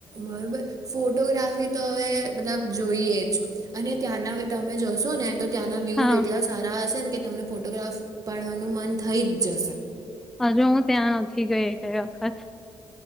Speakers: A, on the right (about 35°); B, in the centre.
A: બરોબર ફોટોગ્રાફી તો હવે બધા જોઈએ જ અને ત્યાંના તમે જોશો જોશો ને તો ત્યાંના વ્યૂ
B: હા
A: જ એટલા સારા હશે ને કે તમને ફોટોગ્રાફ પાડવાનું મન થઈ જ જશે
B: હજુ હું ત્યાં નથી ગઈ એકેય વખત